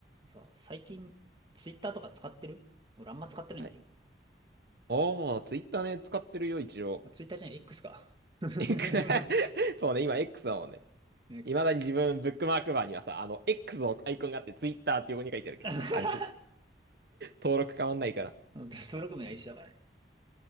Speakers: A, on the right; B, on the right.
A: さ、最近、ツイッターとか使ってる俺あんま使ってないんだけど。
B: さいおー、ツイッターね、使ってるよ、一応。
A: まあツイッターじゃない、X か。<laughs>
B: X <laughs> そうね、今 X だもんね。
A: X
B: いまだに自分、
A: か
B: ブックマークバーにはさ、あの、X のアイコンがあって、ツイッターって横に書いてあるけどさ、
A: <laughs>
B: あれ、登録変わんないから。
A: 登録名は一緒だからね。